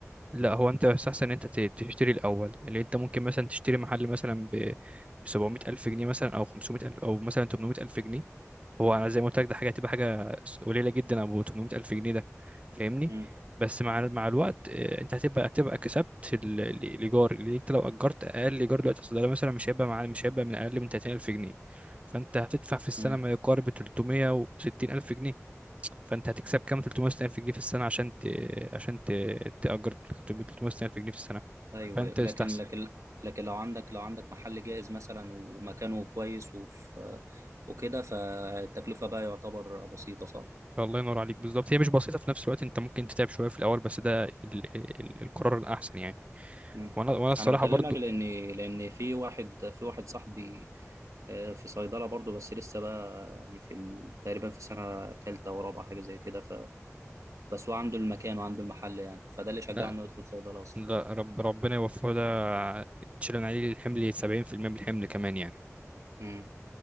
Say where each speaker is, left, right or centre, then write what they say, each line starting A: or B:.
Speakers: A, on the right; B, on the right.
A: لا هو انت يستحسن ان انت ت- تشتري الاول اللي انت ممكن مثلا تشتري محل مثلا ب 700 الف جنيه مثلا او 500 الف او مثلا 800 الف جنيه هو انا زي ما قلت لك ده حاجه هتبقى حاجه قليله جدا ابو 800 الف جنيه ده فاهمني
B: مم.
A: بس مع مع الوقت آه، انت هتبقى هتبقى كسبت ال- ال- الايجار اللي انت لو اجرت اقل ايجار دلوقتي في الصيدليه مثلا مش هيبقى مع مش هيبقى من اقل من 30000 جنيه فانت هتدفع في السنه
B: مم.
A: ما يقارب 360000 جنيه فانت هتكسب كام 360,000 جنيه في السنه عشان ت... عشان ت... تأجر 360,000 جنيه في السنه
B: ايوه
A: فانت
B: ايوه لكن
A: يستحسن
B: لكن لكن لو عندك لو عندك محل جاهز مثلا ومكانه كويس وفي وكده فالتكلفه بقى يعتبر بسيطه صح؟
A: الله ينور عليك بالظبط هي مش بسيطه في نفس الوقت انت ممكن تتعب شويه في الاول بس ده ال... ال... القرار الاحسن يعني
B: مم.
A: وانا وانا الصراحه
B: انا بكلمك
A: برضو
B: لان لان في واحد في واحد صاحبي آه، في صيدله برضه بس لسه بقى يعني في ال- تقريبا في سنه ثالثه ورابعه حاجه زي كده ف بس هو عنده المكان وعنده المحل يعني فده اللي شجعه
A: لا
B: انه يدخل صيدله اصلا
A: لا رب... ربنا يوفقه ده تشيلن عليه الحمل 70% من الحمل كمان يعني
B: مم.